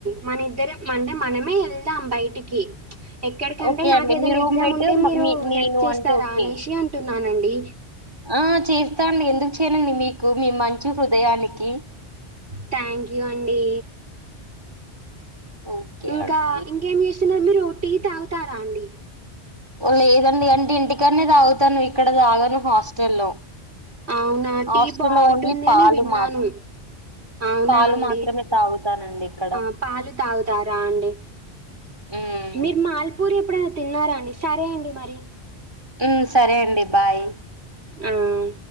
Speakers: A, on the right; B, on the right.
A: మన ఇద్దరం మంటే మనమే వెళ్దాం బయటికి ఎక్కడికంటే
B: ఓకే
A: నాకు
B: అండి
A: ఏదైనా
B: మీ రూమ్మేట్
A: ఎగ్జామ్ ఉంటే మీరు
B: మీ నేను
A: హెల్ప్ చేస్తారా
B: అంటే ఓకే
A: అనేశి అంటున్నానండి.
B: ఆ చేస్తా అండి. ఎందుకు చేయనండి మీకు మీ మంచి హృదయానికి
A: థ్యాంక్ యూ అండి.
B: ఓకే
A: ఇంకా
B: అండి
A: ఇంకేం చేస్తున్నారు. మీరు టీ తాగుతారా అండి.
B: లేదండి. అంటే ఇంటికనే తాగుతాను ఇక్కడ తాగాను హాస్టల్లో
A: అవునా
B: హాస్టల్లో
A: టీ బాగుంటుంది.
B: ఓన్లీ పాలు
A: అని విన్నాను
B: మా
A: అవునా
B: పాలు
A: అండి
B: మాత్రమే తాగుతానండి ఇక్కడ
A: ఆ పాలు తాగుతారా అండి.
B: ఉమ్
A: మీరు మల్పూర్ ఎప్పుడైనా తిన్నారా అండి సరే అండి మరి
B: హ్మ్ సరే అండి బాయ్
A: అవును